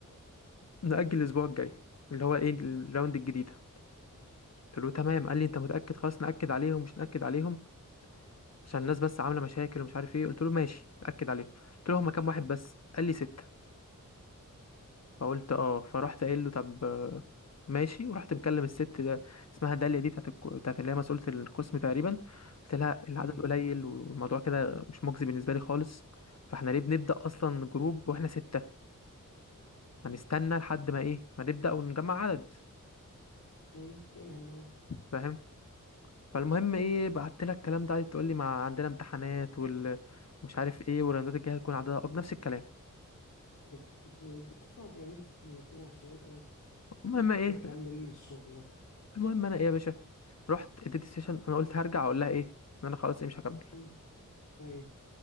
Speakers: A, on the left; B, on the left.
A: نأجل الأسبوع الجاي اللي هو إيه الراوند الجديدة قلت له تمام قال لي أنت متأكد خلاص نأكد عليهم مش نأكد عليهم عشان الناس بس عاملة مشاكل ومش عارف إيه قلت له ماشي نأكد عليهم قلت له هما كام واحد بس قال لي ستة فقلت اه فرحت قايل له طب آه، ماشي ورحت مكلم الست ده اسمها داليا دي بتاعت الك- بتاعت اللي هي مسؤولة القسم تقريبا قلت لها العدد
B: امم
A: قليل والموضوع كده مش مجزي بالنسبة لي خالص فاحنا ليه بنبدأ أصلا جروب واحنا ستة ما نستنى لحد ما ايه ما نبدأ ونجمع عدد
B: امم فاهم اه
A: فاهم فالمهم ايه بعت لها الكلام ده قعدت تقول لي ما عندنا امتحانات وال ومش عارف ايه والراندات الجايه هتكون عددها أكبر نفس الكلام
B: ده بت- بت- بتدفع كريم كلمتين عشان ايه
A: المهم
B: ت-
A: ايه
B: تكمل شغله
A: المهم انا ايه يا باشا رحت اديت السيشن انا قلت هرجع اقول لها ايه ان انا خلاص ايه مش هكمل
B: امم ايوه